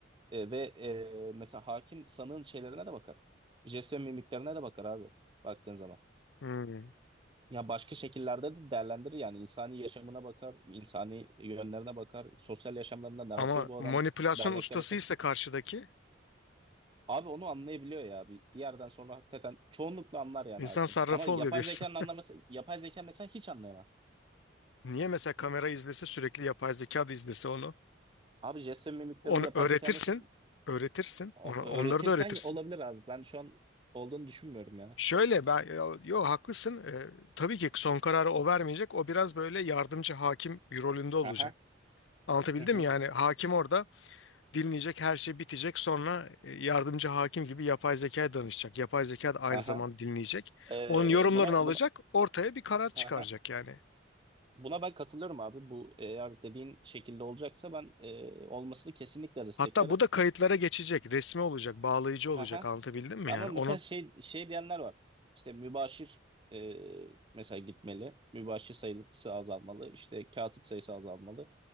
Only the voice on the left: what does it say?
hmm.
Ama
manipülasyon
ustasıysa
karşıdaki
İnsan
sarrafı
oluyor diyorsun.
<laughs> Niye mesela kamera izlese sürekli yapay zeka da izlese onu.
Onu
öğretirsin.
Öğretirsin.
Onu, onları
da öğretirsin.
Şöyle ben yo, yo, haklısın. Ee, tabii ki son kararı o vermeyecek. O biraz böyle yardımcı hakim bir rolünde olacak.
Anlatabildim
mi? Yani hakim orada dinleyecek her şey bitecek sonra e, yardımcı hakim gibi yapay zekaya danışacak. Yapay zeka da aynı
zamanda dinleyecek.
Onun yorumlarını
alacak
ortaya bir karar çıkaracak
yani.
Hatta bu da kayıtlara geçecek. Resmi olacak, bağlayıcı
olacak. Anlatabildim mi
yani?
Onun